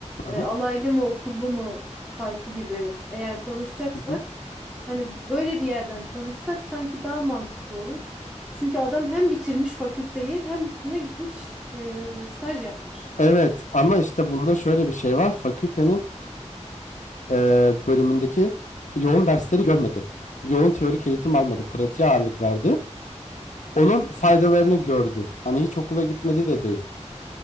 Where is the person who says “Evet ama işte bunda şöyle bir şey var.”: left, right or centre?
Left